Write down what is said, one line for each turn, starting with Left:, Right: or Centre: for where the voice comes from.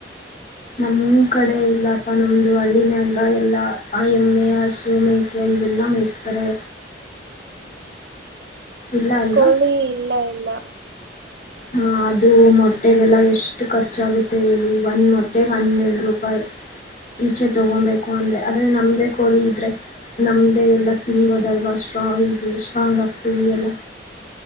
Left: ನಮ್ ಕಡೆ ಇಲ್ಲಪ್ಪ. ನಮ್ದು ಹಳ್ಳಿನೆ ಅಲ್ವಾ, ಎಲ್ಲಾ ಆ ಎಮ್ಮೆ, ಹಸು, ಮೇಕೆ ಇವೆಲ್ಲ ಮೇಯಸ್ತಾರೆ. ಇಲ್ಲ ಅಲ್ವಾ
Right: ಕೋಳಿ, ಇಲ್ಲ ಇಲ್ಲ.
Left: ಹ, ಅದು ಮೊಟ್ಟೆಗೆಲ್ಲ ಎಷ್ಟು ಖರ್ಚಾಗುತ್ತೆ ಹೇಳಿ. ಒಂದ್ ಮೊಟ್ಟೆೆಗೆ ಹನ್ನೆರಡು ರೂಪಾಯಿ, ಈಚೆ ತಗೊಬೇಕು ಅಂದ್ರೆ. ಅದ್ರ ನಮ್ದೇ ಕೋಳಿ ಇದ್ರೆ ನಮ್ದೇ ಎಲ್ಲಾ ತಿನ್ಬೋದಲ್ವಾ, ಸ್ಟ್ರಾ ಇದ್ವಿ, ಸ್ಟ್ರಾಂಗ್ ಆಗ್ತವಿ ಎಲ್ಲ.